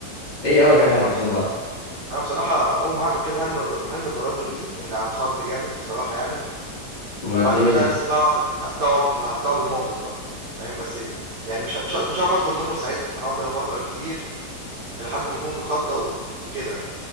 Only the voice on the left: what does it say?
ايه اول حاجة
هتطلبها
وبعدين